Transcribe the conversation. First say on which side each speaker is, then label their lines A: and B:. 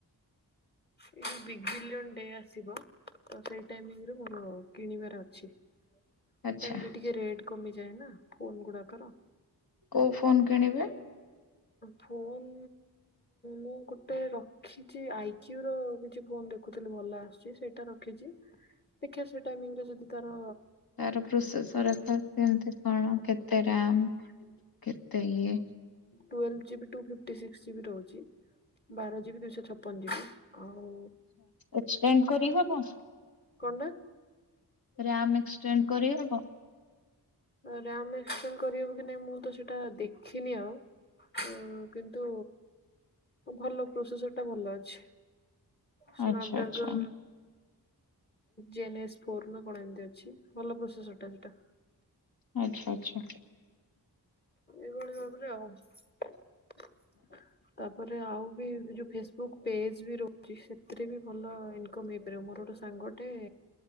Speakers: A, on the left; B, on the left.
A: ଏଇ ବିଗ୍ ବିଲିଅନ୍ ଏବେ ଆସିବ ତ ସେଇ ଟାଇମିଂରେ ମୋର କିଣିବାର ଅଛି। ସେଇ
B: ଆଚ୍ଛା
A: ଟାଇମ୍ ରେ ଟିକେ ରେଟ୍ କମିଯାଏ ନା ଫୋନ ଗୁଡ଼ାକ ର।
B: କୋଉ ଫୋନ୍ କିଣିବେ?
A: ଫୋନ ମୁଁ ଗୋଟେ ରଖିଛି ଆଇକ୍ୟୁର କିଛି ଫୋନ୍ ଦେଖୁଥିଲି ଭଲ ଆସୁଛି ସେଇଟା ରଖିଛି ଦେଖିବା ସେଇ ଟାଇମ୍ ଯଦି ତାର
B: ତାର ପ୍ରୋସେସର୍ କେମତି କଣ କେତେ ରାମ୍ କେତେ? ସେଇଏ
A: twelve GB two fifty G ରହୁଚି। ବାର ଯିବି ଦୁଇଶହ ଛପନ ଯିବି ଆଉ
B: ଏସେଣ୍ଡ କରିହବ।
A: ହଁ ପରା।
B: ମ ଏସଟେଣ୍ଡ କରିହବ
A: ରାମ୍ କରିହେବ କି ନାଇଁ ମୁଁ ତ ସେଇଟା ଦେଖିନି ଆଉ କିନ୍ତୁ ଭଲ ପ୍ରୋସେସର ଟା ଭଲ ଅଛି। ସ୍ନାପଡାର୍ଗ
B: ଆଚ୍ଛା ଆଚ୍ଛା
A: ଜେ ଫୋର ନା କଣ ଏମିତି ଅଛି ଭଲ ପ୍ରୋସେସଟା ସେଟା
B: ଆଚ୍ଛା ଆଚ୍ଛା
A: ଏଭଳି ଭାବରେ ଆଉ ତାପରେ ଆଉ ବି ଯୋଉ ଫେସବୁକ୍ ପେଜ ରଛି ସେଥିରେ ବି ଭଲ ଇନ ହେଇପାରିବ ମୋର ଗୋଟେ ସାଙ୍ଗଟେ